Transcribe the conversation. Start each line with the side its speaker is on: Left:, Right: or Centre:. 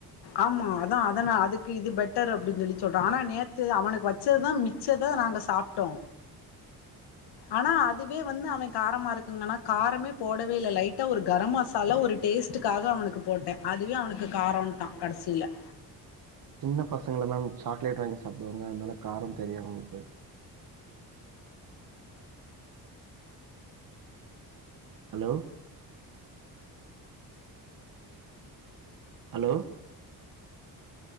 Left: ஆமா அதா அதன அதுக்கு இது பெட்டர் அப்டின்னு சொல்லி சொல்றா ஆனா நேத்து அவனுக்கு வச்சதுதா மி மிச்சத நாங்க சாப்பிட்டோ ஆனா அதுவே வந்து அவே காரமா இருக்குங்கன்னா காரமே போடவே இல்ல லைட்டா ஒரு கரம் மசாலா ஒரு டேஸ்ட்டுக்காக அவனுக்கு போட்டே அதுவே அவனுக்கு காரன்ட்டா கடைசில
Right: சின்ன பசங்கள தா சாக்லேட் சாப்பிடுவாங்க அதனாலே காரம் தெரியு அவங்களுக்கு hello hello